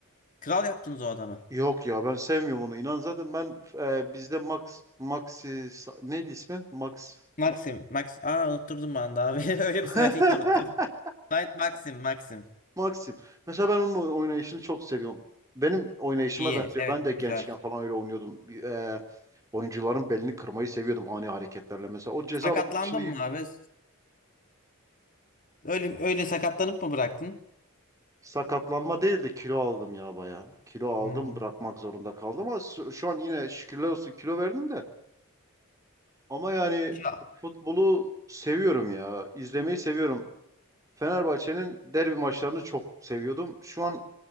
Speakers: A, on the left; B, on the right.
A: kral yaptınız o adamı.
B: Yok ya ben sevmiyorum onu. İnan zaten ben e, bizde Max Maxi Sa- neydi ismi? Max
A: Maxim. Max. Aa unutturdum ben de abi. <laughs> Öyle
B: <laughs>
A: bir söyledi ki unuttum. Knight Maxim. Maxim.
B: Maxim. Mesela ben onun oy- oynayışını çok seviyorum. Benim oynayışıma
A: İyi.
B: benziyor.
A: Evet.
B: Ben de gençken
A: Güzel.
B: falan öyle oynuyordum. E, oyuncuların belini kırmayı seviyordum ani hareketlerle. Mesela o ceza
A: Sakatlandın
B: alanı içinde
A: mı abi? Öyle öyle sakatlanıp mı bıraktın?
B: sakatlanma değil de kilo aldım ya baya. Kilo aldım
A: Hmm.
B: bırakmak zorunda kaldım ama şu, şu an yine şükürler olsun kilo verdim de. Ama yani
A: Ya.
B: futbolu seviyorum ya. İzlemeyi seviyorum. Fenerbahçe'nin derbi maçlarını çok seviyordum. Şu an